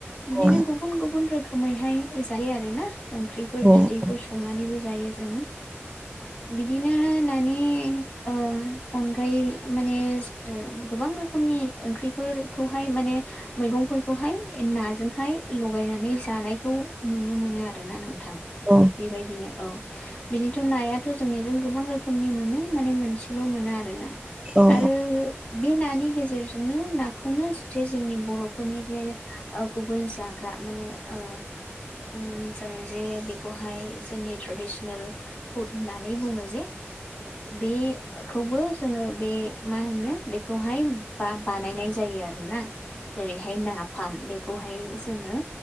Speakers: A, on the left (about 30°); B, on the right (about 20°).
A: बिदिनो
B: औ
A: गुबुन-गुबुन रोखोमैहाय जायो आरोना ओंख्रिफोर
B: औ
A: बिदैफोर संनानैबो जायो जोंङो बिदिनो नानि ओ अनद्राय माने गोबां रोखोमनि ओंख्रिफोरखौहाय माने मैगंफोरखौहाय नाजोंहाय लगायनानै जानायखौ नुनो मोनो आरोना नों थां
B: नोंथां औ
A: बेबायदिनो औ बिदिथ' नायाथ' जोंनिजों गोबां रोखोमनि मोनो माने मोनसेल' मोना आरो ना
B: औ
A: आरो बे नानि गेजेरजोंनो नाखौनो जे जोंनि बर'फोरनि जे गुबै जाग्रा माने ओ- उम जों जे बेखौहाय जोंनि ट्रेडिसनेल फुड होननानै बुङो। जे बे खौबो जोंङो बे मा होनो बेखौहाय बा बानायनाय जायो आरोना। जेरैहाय ना फार्म बेखौहाय जोंङो